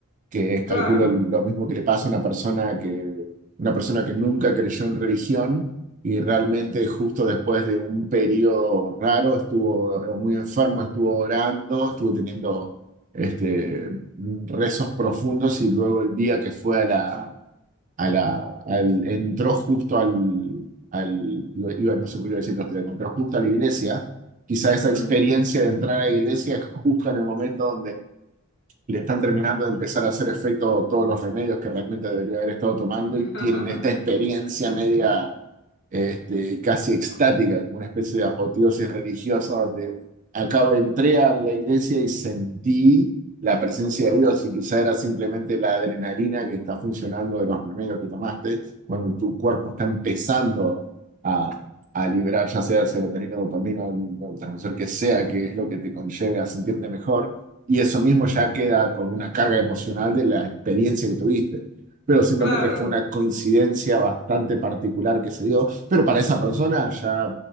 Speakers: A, on the right; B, on the left.
A: que es,
B: claro.
A: calculo, lo mismo que le pasa a una persona que, una persona que nunca creyó en religión y realmente justo después de un periodo raro estuvo eh, muy enfermo, estuvo orando, estuvo teniendo este, rezos profundos y luego el día que fue a la, a la, al- entró justo al, al lo- iba, no sé cómo iba a decirlo, pero entró justo a la iglesia. Quizá esa
B: Ujú.
A: experiencia de entrar a la iglesia es justo en el momento le están terminando de empezar a hacer efecto todos los remedios que realmente debería haber estado tomando
B: <laughs>
A: y tienen esta experiencia media este, casi extática, como una especie de apoteosis religiosa donde acabo, entré a la iglesia y sentí la presencia de Dios y quizá era simplemente la adrenalina que está funcionando de los remedios que tomaste cuando tu cuerpo está empezando a, a liberar ya sea serotonina, dopamina, el neurotransmisor que sea, que es lo que te conlleve a sentirte mejor. Y eso mismo ya queda con una carga emocional de la experiencia que tuviste. Pero simplemente
B: Claro,
A: fue una coincidencia bastante particular que se dio pero para esa persona ya